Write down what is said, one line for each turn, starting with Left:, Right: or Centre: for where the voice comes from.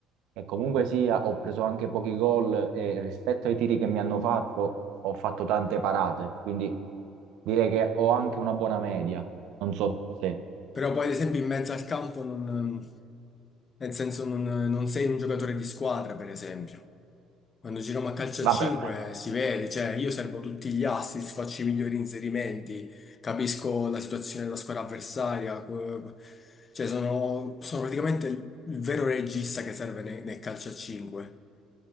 Right: e comunque sia ho preso anche pochi gol e rispetto ai tiri che mi hanno fatto ho fatto tante parate, quindi direi che ho anche una buona media, non so te.
Left: Però poi, ad esempio, in mezzo al campo non... Nel senso, non, non sei un giocatore di squadra, per esempio. Quando giriamo a calcio
Right: Vabbè,
Left: a 5 si vede, cioè io servo tutti gli assist, faccio i migliori inserimenti, capisco la situazione della squadra avversaria, co- cioè sono, sono praticamente il il vero regista che serve ne- nel, calcio a 5.